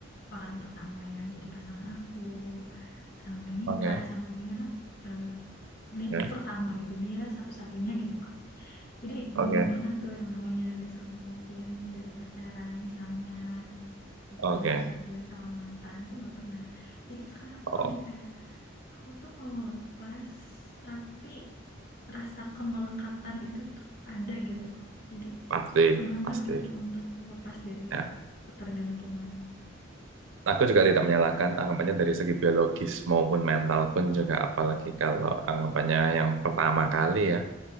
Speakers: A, on the left; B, on the right.
A: orang pertama yang jadi pasangan aku sampai nikah,
B: oke
A: sampai punya anak. eh, dia
B: Ya.
A: tuh pertama gitu, dia satu-satunya gitu Kak. Jadi
B: oke
A: belum pernah tuh yang namanya diselingkuhin dari pacaran misalnya, atau
B: oke
A: pernah diselingkuhin sama mantan tuh nggak pernah. Jadi sekarang
B: oh
A: tuh lebih kayak Aku tuh mau lepas, tapi rasa kemelekatan itu tuh ada gitu, Kak. Jadi
B: pasti
A: susah banget
B: pasti
A: gitu untuk lepas dari
B: ya
A: ketergantungan.
B: Aku juga tidak menyalahkan anggapannya dari segi biologis maupun mental pun juga apalagi kalau anggapannya yang pertama kali ya